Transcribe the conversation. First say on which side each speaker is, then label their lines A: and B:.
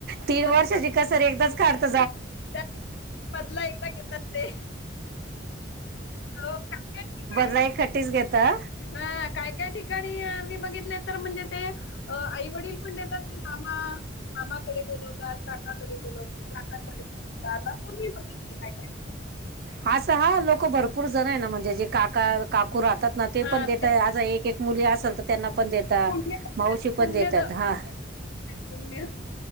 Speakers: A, on the right; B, on the left.
A: तीन
B: त्याचा
A: वर्षांची कसर एकच. करत.
B: त्याचा बदला एकदा घेतात ते हो काय काय ठिकाणी
A: <unintelligible> खटीच घेता.
B: हा काय काय ठिकाणी मी बघितले तर म्हणजे ते. आईवडील पण देतात. मामा मामाकडे बोलवतात काकाकडे बोलवतात काकाकडे बवतात अस मी ब
A: असं हा लोक भरपूर जण आहे ना म्हणजे जे काका का राहतात ना ते
B: हा
A: पण देतात
B: ते
A: आ एक एक मुली असेल तर त्यांना पण देत
B: पुण्य
A: मावशी
B: पुण्य
A: पण देतात
B: ज
A: हा
B: पुण्य पुण्य.